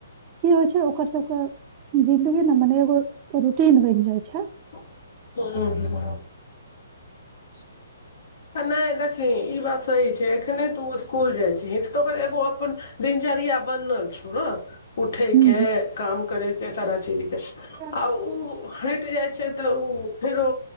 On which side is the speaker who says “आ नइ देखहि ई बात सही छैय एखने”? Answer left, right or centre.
Left